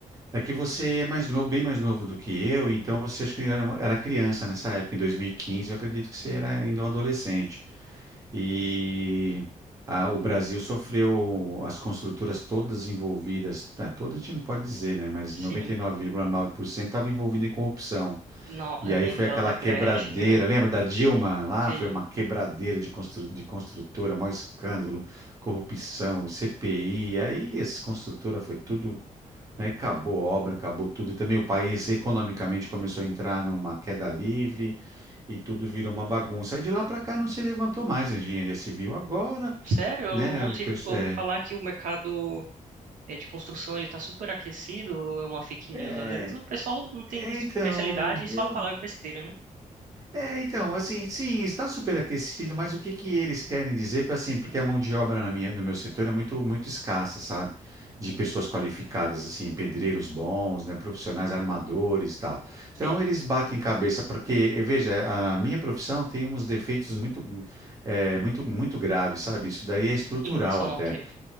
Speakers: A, on the right; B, on the right.
A: É que você é mais novo, bem mais novo do que eu, então você acho que era, uma- era criança nessa época, em 2015, eu acredito que você era ainda um adolescente. E a- o Brasil sofreu, as construtoras todas envolvidas, tá, todas a gente não pode dizer, né, mas
B: Sim.
A: 99,9% estavam envolvidas em corrupção.
B: Não,
A: E
B: eu
A: aí
B: lembro
A: foi
B: da
A: aquela
B: Odebrecht,
A: quebradeira,
B: né?
A: lembra da Dilma? Lá
B: Sim.
A: foi uma quebradeira de, constru- de construtora, maior escândalo, corrupção, CPI. Aí essa construtora foi tudo, né? Acabou a obra, acabou tudo. E também o país economicamente começou a entrar numa queda livre e tudo virou uma bagunça. Aí de lá para cá não se levantou mais a engenharia civil. Agora,
B: Sério, eu
A: né?
B: ouvi,
A: O pessoal,
B: ouvi
A: é,
B: falar que o mercado é, de construção ele tá super aquecido, ou é uma fake
A: é,
B: news. Às vezes o pessoal não tem
A: é,
B: especialidade
A: então,
B: e
A: eu
B: só fala besteira, né?
A: É, então, assim, sim, está superaquecido, mas o que que eles querem dizer para assim, porque a mão de obra na minha, no meu setor é muito muito escassa, sabe? De pessoas qualificadas, assim, pedreiros bons, né, profissionais, armadores, e tal.
B: Sim.
A: Então eles batem cabeça, porque eh, veja, a minha profissão tem uns defeitos muito eh, muito muito graves, sabe? Isso daí é estrutural
B: Em relação
A: até.
B: ao quê?